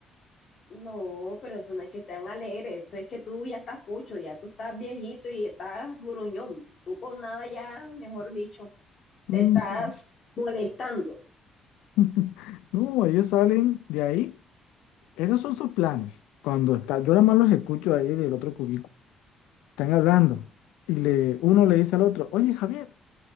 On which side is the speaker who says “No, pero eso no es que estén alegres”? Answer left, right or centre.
Left